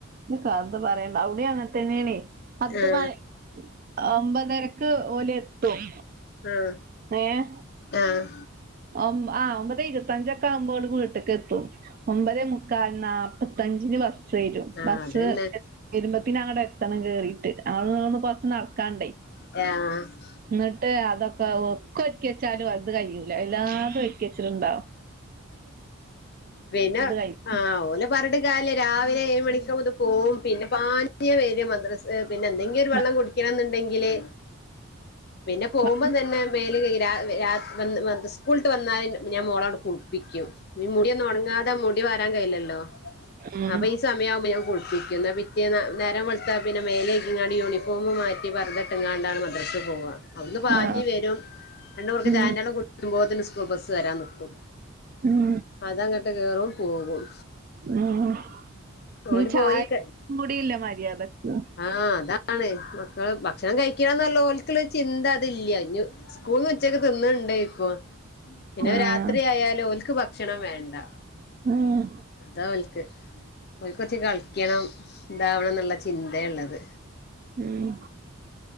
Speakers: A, on the right; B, on the left.
A: <unintelligible> പറയണ്ട അവിടേം അങ്ങനെത്തന്നെയാണേ പത്ത്
B: ആഹ്
A: മണി ഒമ്പതരക്ക് ഓലെത്തും
B: ആഹ്
A: ഏഹ്
B: ആഹ്
A: ഒമ്പ ആഹ് ഒമ്പതെ ഇരുപത്തഞ്ചൊക്കെ ആവുമ്പോള് വീട്ടക്കെത്തും ഒമ്പതെ മു മുക്കാലി നാല്പ്പത്തഞ്ചിന് ബസ് വരും
B: ആഹ്
A: ബസ്
B: അതന്നെ
A: എ വരുമ്പത്തിനങ്ങടെത്തണം കേറിയിട്ട് അവടുന്ന് കൊറച്ച് നടക്കാണ്ടേ
B: ആഹ് ആഹ്
A: ന്നിട്ട് അതൊക്കെ ഒക്കെ ഒരിക്കി വെച്ചാലും അത് കഴിയൂല എല്ലാതും ഒരിക്കിവെച്ചിണ്ടാവും
B: പിന്നെ
A: കഴിയൂല
B: ആഹ് ഓല് പറഞ്ഞിട്ടും കാര്യല്ലേ രാവിലെ ഏഴ് മണിക്കാമ്പത്തിന് പോവും പിന്നെ പാഞ്ഞാ വെരാ മദ്രസ്സ് ഏഹ് പിന്നെ എന്തെങ്കിലും ഒരു വെള്ളം
A: ഉം
B: കുടിക്കണെന്ന്ണ്ടെങ്കില് പിന്നെ പോകുമ്പം
A: ആ
B: തന്നെ മേല് കെയികി രാ രാ വൻ വന്ന് സ്കൂള്ട്ട് വന്നാ ഞാൻ മോളാട് കൂൾ പ്പിക്കും പിന്നെ മുടിയൊന്നു ഒണങ്ങാതെ മുടി വാരാൻ കയില്ലല്ലോ
A: ഉം
B: അപ്പൊ ഈ സ് സമയമാവുമ്പോ ഞാൻ കുളിപ്പിക്കും ഇന്നാ പിറ്റേന്ന് നേരം വെള്ത്താ പിന്നെ മേലേയ്കിങ്ങാട് യൂണിഫോമും മാറ്റി പർദ്ദ ഇട്ട് ട്ട്ങ്ങാണ്ടാണ് മദ്രസ് പോവാ അവ്ട്ന്ന് പാഞ്ഞ്
A: ആ
B: വെരും രണ്ട് മുറ്ക്ക്
A: ഉം
B: ചായെന്റെള്ളം കുടിക്കുമ്പോത്തിന് സ്കൂൾ ബസ്സ് വരാൻ നിക്കും.
A: ഉം
B: അതങ്ങട്ട് കേറും പോകും.
A: ഉം ഇത്
B: ഓല്
A: ചായ
B: പോയി
A: കൂടിയില്ല മര്യാദക്ക്.
B: ആഹ് അതാണ് മക്കള് ഭക്ഷണം കഴിക്കണോന്ന്ള്ള ഓല്ക്ക്ള്ള ചിന്ത അതില്ലാ ഇനി സ്കൂൾന്ന് ഉച്ചക്ക് തിന്ന്ണ്ടേക്കും പിന്നെ
A: ആഹ്
B: രാത്രിയായാല് ഓൽക്ക് ഭക്ഷണം വേണ്ടാ
A: ഉം
B: അതാ ഓലിക്ക്. ഓൽക്ക് കൊറച്ച് കളിക്കണം ഇതാവണന്ന്ള്ള ചിന്തേള്ളത്
A: ഉം